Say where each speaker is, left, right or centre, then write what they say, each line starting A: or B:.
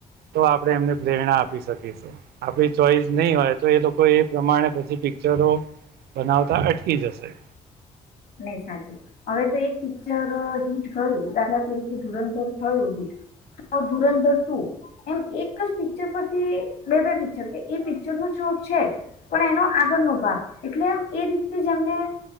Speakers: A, on the right; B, on the left.
A: તો આપડણે એમને પ્રેરણા આપી શકીશું આપડી ચોઈસ નહી હોય તો એ લોકો એ પ્રમાણે પિક્ચરો બનાવતા અટકી જશે.
B: નહી સાચું હવે તો એક પિક્ચર હિટ થયું દાખલા તરીકે ધુરંધર થયું હિટ ધુરંધર ટુ એમ એક જ પિક્ચર પરથી બે બે પિક્ચર કે એ પિક્ચરનું જ છે પણ એનો આગળનો ભાગ એટલે આમ એ રીતેની જ એમને